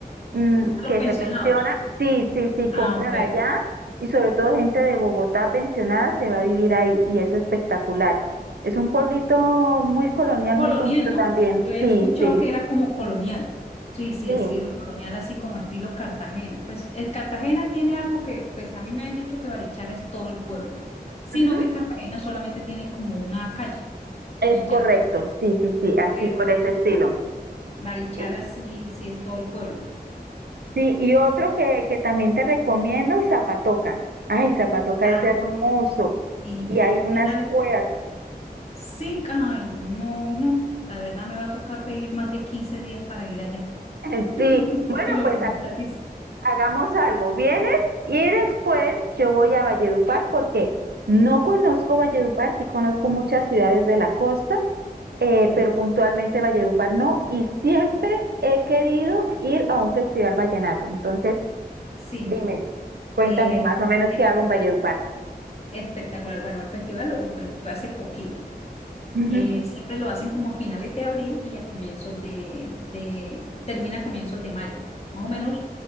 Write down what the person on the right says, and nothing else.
Mm,
que
se pensiona, sí, sí, sí, compran
allá y sobre todo gente de Bogotá pensionada se va a vivir ahí y es espectacular. Es un pueblito muy colonial,
muy bonito
también.
Sí,
sí,
sí.
Ujú,
Es
correcto, sí, sí, sí, así,
por
ese estilo.
Y-
Sí, y otro que, que también te recomiendo, Zapatoca. Ay, Zapatoca
es hermoso
y
hay unas
cuevas.
<laughs>
Sí, bueno,
pues
hagamos algo, vienes y después yo voy a Valledupar porque no conozco Valledupar, sí conozco muchas ciudades de la costa, eh,
pero
puntualmente Valledupar no, y siempre he querido ir a un festival vallenato. Entonces,
dime, cuéntame
más o menos
qué hago en Valledupar.
Ujú.